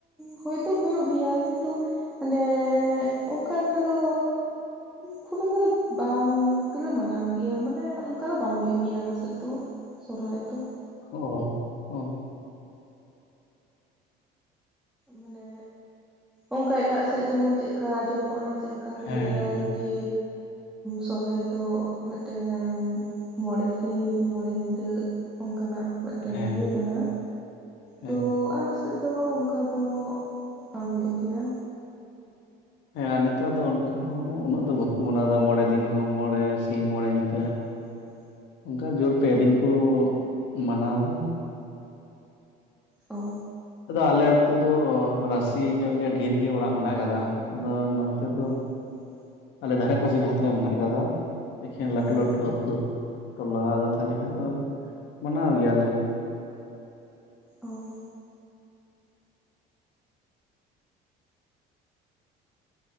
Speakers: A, in the centre; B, on the left.
A: ᱦᱚᱳᱭᱛᱳ ᱦᱩᱭᱩᱜ ᱜᱮᱭᱟ ᱠᱤᱱᱛᱩ ᱢᱟᱱᱮ ᱚᱱᱠᱟ ᱮᱠᱴᱟ ᱫᱚ ᱠᱷᱩᱵ ᱮᱠᱴ ᱫᱚ ᱵᱟᱝ ᱛᱮᱞᱮ ᱢᱟᱱᱟᱣ ᱜᱮᱭᱟ ᱢᱟᱱᱮ ᱚᱱᱠᱟ ᱫᱚ ᱵᱟᱝ ᱦᱩᱭᱩᱜ ᱜᱮᱭᱟ ᱟᱞᱮ ᱥᱮᱫ ᱫᱚ ᱥᱚᱨᱚᱦᱟᱭ ᱫᱚ
B: ᱚ ᱚ
A: ᱢᱟᱱᱮ ᱚᱱᱠᱟ ᱮᱴᱟᱜ ᱥᱮᱫ ᱡᱮᱢᱚᱱ ᱪᱮᱫᱠᱟ ᱟᱸᱡᱚᱢᱚᱜᱼᱟ ᱪᱮᱫᱠᱟ ᱠᱚ
B: ᱦᱮᱸ
A: ᱞᱟᱹᱭᱟ
B: ᱦᱮᱸ
A: ᱡᱮ ᱥᱚᱨᱦᱟᱭ ᱫᱚ ᱢᱤᱫᱴᱮᱱ ᱢᱚᱬᱮ ᱥᱤᱧ ᱢᱚᱬᱮ ᱧᱤᱫᱟᱹ ᱚᱱᱠᱟᱱᱟᱜ ᱢᱤᱫᱴᱮᱱ
B: ᱦᱮᱸ
A: ᱤᱭᱟᱹ ᱠᱟᱱᱟ
B: ᱦᱮᱸ
A: ᱛᱚ ᱟᱞᱮᱥᱮᱫ ᱫᱚ ᱚᱱᱠᱟ ᱫᱚ ᱵᱟᱝ ᱦᱩᱭᱩᱜ ᱜᱮᱭᱟ
B: ᱦᱮᱸ ᱟᱨ ᱱᱮᱛᱟᱨ ᱫᱚ ᱚᱱᱠᱟ ᱦᱚᱸ ᱩᱱᱟᱹᱜ ᱫᱚ ᱵᱟᱠᱚ ᱢᱟᱱᱟᱣ ᱮᱫᱟ ᱢᱚᱬᱮ ᱫᱤᱱ ᱦᱚᱸ ᱢᱚᱬᱮ ᱥᱤᱧ ᱢᱚᱬᱮ ᱧᱤᱫᱟᱹ
A: <inaudible>
B: ᱚᱱᱠᱟ ᱡᱳᱨ ᱯᱮ ᱫᱤᱱ ᱠᱚ ᱢᱟᱱᱟᱣ ᱮᱫᱟ
A: ᱚ
B: ᱟᱫᱚ ᱟᱞᱮ ᱟᱛᱩ ᱫᱚ ᱨᱟᱥᱮ ᱧᱚᱜ ᱜᱮᱭᱟ ᱰᱷᱮᱨ ᱜᱮ ᱚᱲᱟᱜ ᱢᱮᱱᱟᱜ ᱠᱟᱫᱟ ᱟᱫᱚ ᱱᱚᱱᱛᱮ ᱫᱚ
A: <inaudible>
B: ᱟᱞᱮ ᱫᱷᱟᱨᱮ ᱯᱟᱥᱮ ᱡᱟᱦᱟᱸ ᱛᱤᱱᱟᱹᱜ ᱢᱮᱱᱟᱜ ᱠᱟᱫᱟ ᱮᱠᱷᱮᱱ ᱞᱟᱹᱴᱩ
A: ᱦᱮᱸ
B: ᱞᱟᱹᱴᱩ ᱟᱹᱛᱩ ᱴᱚᱞᱟ ᱟᱫᱚ ᱛᱟᱦᱚᱞᱮ ᱠᱷᱱᱡ ᱫᱚ ᱢᱟᱱᱟᱣ ᱜᱮᱭᱟᱞᱮ
A: ᱚ